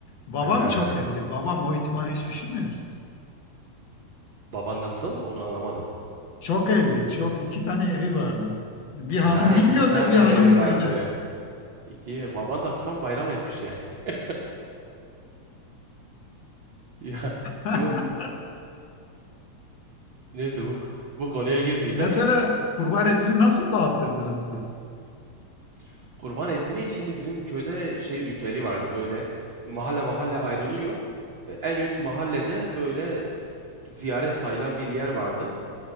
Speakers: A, on the left; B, on the right.
A: Babam
B: Ha.
A: çok evli. Babam o ihtimali hiç düşünmüyoruz.
B: Baban nasıl? Onu anlamadım.
A: Çok evli. Çok iki tane evi vardı. Bir
B: Ha
A: hanım
B: iki
A: Bingöl'de
B: tane
A: bir
B: evi
A: hanım köyde.
B: vardı. İki. Baban da tam bayram etmiş yani. <laughs> Ya şimdi
A: <laughs>
B: bu- Neyse bu, bu konuya girmeyeceğim.
A: Mesela kurban etini nasıl dağıtırdınız siz?
B: <laughs> Kurban etini şimdi bizim köyde şey ritüeli vardı böyle mahalle mahalle ayrılıyor. E, En üst mahallede böyle ziyaret sayılan bir yer vardı.